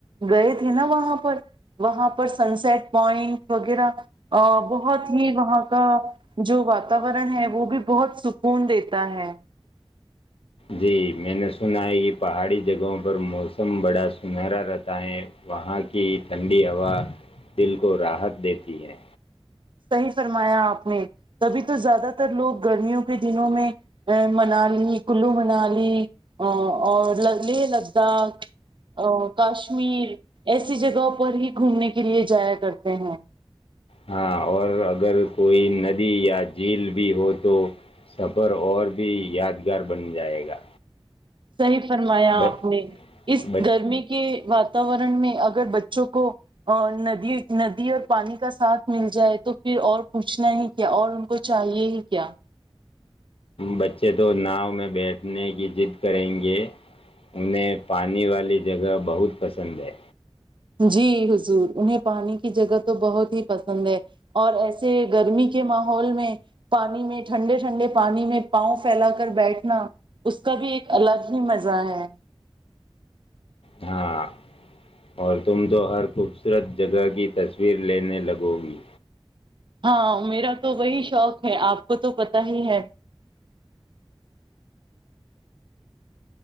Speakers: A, on the right; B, on the left.
A: گئے تھے نا وہاں پر وہاں پر سن سٹ پوائنٹ وغیرہ بہت ہی وہاں کا جو واتاورن ہے وہ بھی بہت سکون دیتا ہے
B: جی میں نے سنا ہے کہ پہاڑی جگہوں پر موسم بڑا سنہرا رہتا ہے وہاں کی ٹھنڈی ہوا دل کو راحت دیتی ہے
A: صحیح فرمایا آپ نے تبھی تو زیادہ تر لوگ گرمیوں کے دنوں میں منالی کلو منالی اور ل لداخ کاشمیر ایسی جگہوں پر ہی گھومنے کے لیے جایا کرتے ہیں
B: ہاں اور اگر کوئی ندی یا جھیل بھی ہو تو سفر اور بھی یادگار بن جائے گا
A: صحیح فرمایا
B: ب-
A: آپ نے اس
B: بچ-
A: گرمی کے واتاورن میں اگر بچوں کو ندی ندی اور پانی کا ساتھ مل جائے تو پھر اور پوچھنا ہی کیا اور ان کو چاہیے ہی کیا
B: بچے تو ناؤ میں بیٹھنے کی ضد کریں گے انہیں پانی والی جگہ بہت پسند ہے
A: جی حضور انہیں پانی کی جگہ تو بہت ہی پسند ہے اور ایسے گرمی کے ماحول میں پانی میں ٹھنڈے ٹھنڈے پانی میں پاؤں پھیلا کر بیٹھنا اس کا بھی ایک الگ ہی مزہ ہے
B: ہاں اور تم تو ہر خوبصورت جگہ کی تصویر لینے لگو گی
A: ہاں میرا تو وہی شوق ہے آپ کو تو پتا ہی ہے